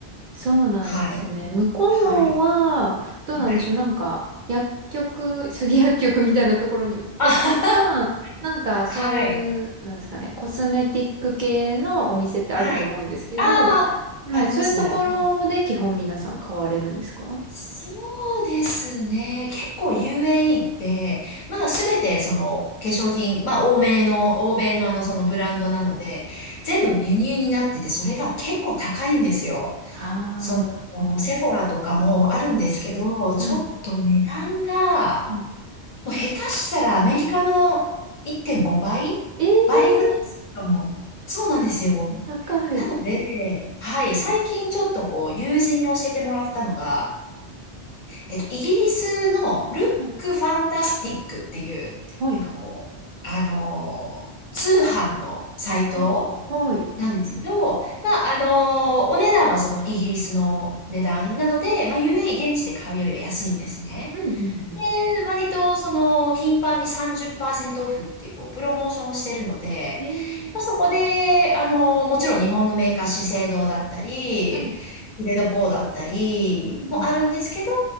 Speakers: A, on the right; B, on the left.
A: そうなんですね。
B: はい。
A: 向こうは、
B: はい。
A: どうなんでしょう。
B: はい。
A: なんか、薬局、杉薬局みたいなところに売ってるのか、
B: あは
A: なんかそういう、
B: ははい。
A: なんですかね、コスメティック系のお店ってあると思うんですけど、
B: はい。あああります。
A: はい、そういうところで基本皆さん買われるんですか
B: はい。そうですね。結構 UAE って、まあすべてその化粧品、まあ欧米の、欧米のあのそのブランドなので、全部輸入になってて、それが結構高いんですよ。
A: あ
B: その、セフォラとかもあるんですけど、
A: あー、はい。
B: ちょっと値段が、
A: はい。うん。
B: もう下手したらアメリカの1.5倍倍ぐらいするかも。
A: ええ
B: そうなんですよ。
A: 高い。
B: なので、はい、最近ちょっとこう、友人に教えてもらったのが、えっと、イギリスのルックファンタスティックっていう、
A: はい。はい。
B: なんかこう、あのー通販のサイトなんですけど、
A: はい。はい。
B: まあ、あのーお値段はそのイギリスの値段なので、まあ、UAE 現地で買うよりは安いんですね。
A: うん、うん、うん。
B: で、割と、その、頻繁に30%オフっていう、こう、プロモーションをしてるので、
A: へえ、
B: まあ、そこで、あの、もちろん日本のメーカー、資生堂だったり、
A: はい。
B: グレードポーだったりもあるんですけど、
A: うん、うん。